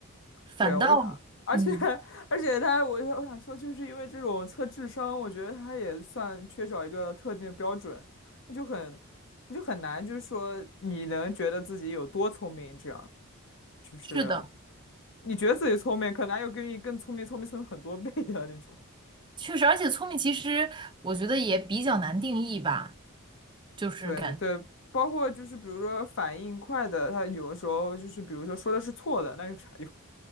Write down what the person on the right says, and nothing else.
反倒
嗯，
是的。
确实，而且聪明其实我觉得也比较难定义吧，就是感，